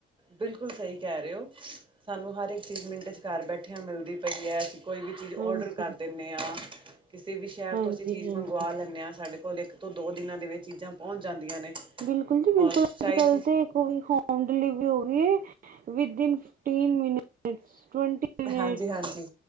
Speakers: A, on the right; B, on the right.
A: ਬਿਲਕੁਲ ਸਹੀ ਕਹਿ ਰਹੇ ਹੋ, ਸਾਨੂੰ ਹਰ ਇੱਕ ਚੀਜ਼ ਮਿੰਟ ਚ ਘਰ ਬੈਠਿਆਂ ਮਿਲਦੀ ਪਈ ਹੈ ਕੋਈ ਵੀ ਚੀਜ਼
B: ਹਾਂਜੀ,
A: ਔਡਰ ਕਰ ਦਿੰਦੇ ਹਾਂ, ਕਿਸੇ ਵੀ ਸ਼ਹਿਰ
B: ਹਾਂਜੀ,
A: ਤੋਂ ਅਸੀਂ ਚੀਜ਼
B: ਹਾਂਜੀ
A: ਮੰਗਵਾ ਲੈਂਦੇ ਹਾਂ ਸਾਡੇ ਇੱਕ ਤੋਂ, ਦੋ ਦਿਨਾਂ ਦੇ ਵਿੱਚ ਚੀਜ਼ਾਂ ਪਹੁੰਚ ਜਾਂਦੀਆਂ ਨੇ-
B: ਬਿਲਕੁਲ ਜੀ-ਬਿਲਕੁਲ
A: ਔਰ ਚਾਹੇ
B: ਅੱਜ-ਕੱਲ
A: ਅਸੀਂ
B: ਤੇ- ਵੀ ਹੋਮ ਡਿਲੀਵਰੀ ਹੋ ਗਈ ਹੈ, ਵਿਦਨ ਫਿਫਟੀਨ ਮਟ ਬਸ ਟਵੈਂਟੀ ਮਨੇਟਸ-
A: ਹਾਂਜੀ ਹਾਂਜੀ